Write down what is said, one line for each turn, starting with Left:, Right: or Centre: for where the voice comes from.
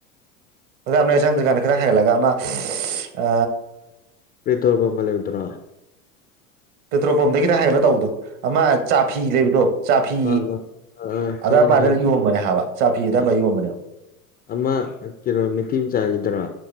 Right: ꯇꯝꯅ ꯆꯪꯗꯨꯀꯥꯟ ꯈꯅ ꯍꯥꯏꯦꯂꯒ ꯑꯃ ꯑ
Left: ꯏ ꯇꯣꯜ ꯄꯉꯂ ꯑꯣꯏꯗꯨꯔ
Right: ꯄꯦꯇ꯭ꯔꯣꯜ ꯄꯝꯗꯒꯤꯇ ꯍꯥꯏꯕ ꯇꯧꯕꯗꯣ ꯑꯃ ꯆꯥꯐꯤ ꯂꯩꯕꯗꯣ ꯆꯥꯐꯤ
Left: ꯑꯥ ꯑꯥ ꯑꯥ ꯑꯥ
Right: ꯑꯗꯥꯏꯄꯥꯗ
Left: ꯈꯪꯉꯤꯅꯦ ꯈꯪꯉꯤꯅꯦ
Right: ꯌꯣꯝꯕꯅꯦ ꯍꯥꯏꯕ ꯆꯥꯐꯤꯗ
Left: ꯑꯥ
Right: ꯌꯣꯟꯕꯅꯦꯕ
Left: ꯑꯃ ꯀꯤꯂꯣ ꯃꯇꯤ ꯑꯃ ꯆꯥꯒꯗ꯭ꯔꯥ